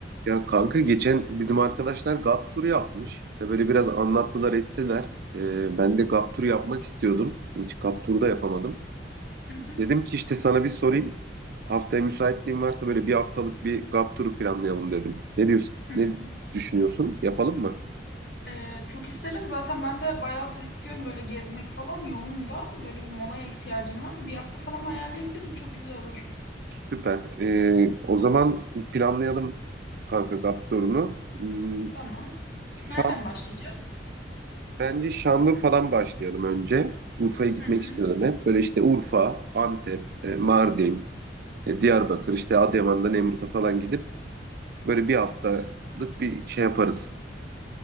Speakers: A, on the right (about 55°); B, on the left (about 65°).
A: Ya kanka geçen bizim arkadaşlar GAP turu yapmış. İşte böyle biraz anlattılar ettiler. Ee, ben de GAP turu yapmak istiyordum. Hiç GAP turu da yapamadım.
B: Hı hı,
A: Dedim ki işte sana bir sorayım. Haftaya müsaitliğin varsa böyle bir haftalık bir GAP turu planlayalım dedim. Ne diyorsun?
B: hı hı.
A: Ne düşünüyorsun? Yapalım mı?
B: Ee, çok isterim. Zaten ben de bayağıdır istiyorum böyle gezmek falan. Yoğunum da. Böyle bir molaya ihtiyacım var. Bir hafta falan ayarlayabilirim. Çok güzel olur.
A: Süper. Ee, o zaman planlayalım kanka GAP turunu. Hmm,
B: Tamam.
A: Şam,
B: Nereden başlayacağız?
A: bence Şanlıurfa'dan başlayalım önce. Urfa'ya gitmek
B: Hı hı,
A: istiyordum hep. Böyle işte Urfa, Antep, e, Mardin, E, Diyarbakır, işte Adıyaman'da Nemrut'a falan gidip böyle bir haftalık bir şey yaparız.